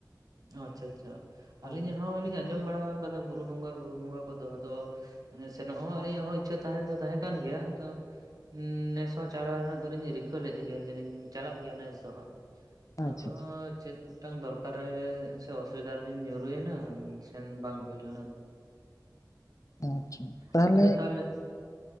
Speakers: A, on the right (about 55°); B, on the left (about 45°).
A: ᱚ ᱟᱪᱪᱷᱟ ᱟᱪᱪᱷᱟ
B: ᱦᱳᱭ
A: ᱟᱹᱞᱤᱧ ᱦᱚᱸ ᱟᱸᱞᱤᱧ ᱟᱸᱡᱚᱢ ᱵᱟᱲᱟ ᱟᱠᱟᱫᱟ ᱵᱩᱨᱩ ᱵᱚᱸᱜᱟ ᱵᱩᱨᱩ ᱵᱚᱸᱜᱟ ᱠᱚᱫᱚ ᱟᱫᱚ ᱮᱸ ᱥᱮᱱᱚᱜ ᱦᱚᱸ ᱟᱹᱞᱤᱧᱟᱜ ᱦᱚᱸ ᱤᱪᱪᱷᱟᱹ ᱛᱟᱦᱮᱸ ᱫᱚ ᱛᱟᱦᱮᱸ ᱠᱟᱱ ᱜᱮᱭᱟ ᱛᱚ ᱱᱮᱥ ᱦᱚᱸ ᱪᱟᱞᱟᱣ ᱨᱮᱱᱟᱜ ᱫᱚᱞᱤᱧ ᱨᱤᱠᱟᱹ ᱞᱮᱫ ᱜᱮᱭᱟ ᱡᱮᱞᱤᱧ ᱪᱟᱞᱟᱜ ᱜᱮᱭᱟ ᱱᱮᱥ ᱫᱚ ᱦᱟᱸᱟᱜ
B: ᱟᱪᱪᱷᱟ
A: ᱟᱫᱚ
B: ᱟᱪᱪᱷᱟ
A: ᱪᱮᱫ ᱢᱤᱫᱴᱟᱝ ᱫᱚᱨᱠᱟᱨ ᱨᱮ ᱥᱮ ᱚᱥᱩᱵᱤᱫᱟ ᱨᱮᱞᱤᱧ ᱧᱩᱨᱩᱭᱮᱱᱟ ᱥᱮᱱ ᱵᱟᱝ ᱦᱩᱭ ᱞᱮᱱᱟ᱾
B: ᱟᱪᱪᱷᱟ ᱛᱟᱦᱚᱞᱮ
A: ᱟᱵᱤᱱ ᱫᱚ ᱛᱟᱦᱞᱮ